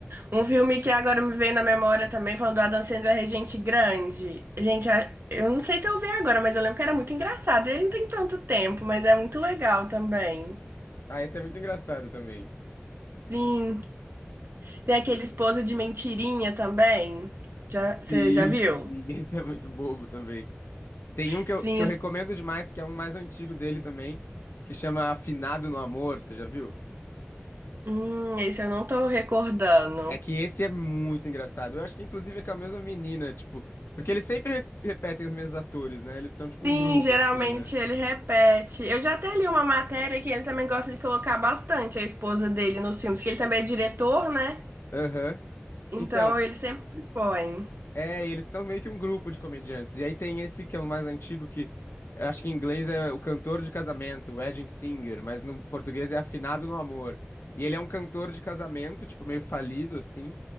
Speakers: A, on the right; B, on the left.
A: Um filme que agora me veio na memória também, falando do Adam Sandler, é Gente Grande. Gente, a- eu não sei se eu vi agora, mas eu lembro que era muito engraçado. Ele não tem tanto tempo, mas é muito legal também.
B: Ah, esse é muito engraçado também.
A: Sim, tem aquele Esposa de Mentirinha também. Já, você
B: Sim,
A: já viu?
B: sim, <laughs> esse é muito bobo também. Tem um que
A: Sim,
B: eu, que eu recomendo demais, que é um mais antigo dele também, que chama Afinado no Amor, você já viu?
A: Hum, esse eu não tô recordando.
B: É que esse é muito engraçado. Eu acho que inclusive é com a mesma menina, tipo, porque eles sempre re- repetem os mesmos atores, né? Eles são tipo
A: Sim,
B: um grupo
A: geralmente
B: assim, né?
A: ele repete. Eu já até li uma matéria que ele também gosta de colocar bastante a esposa dele nos filmes, que ele também é diretor, né?
B: Aham.
A: Então
B: Então,
A: ele sempre põe.
B: é, e eles são meio que um grupo de comediantes. E aí tem esse que é o mais antigo que eu acho que em inglês é o cantor de casamento, o Wedding Singer, mas no português é Afinado no Amor. E ele é um cantor de casamento, tipo meio falido assim.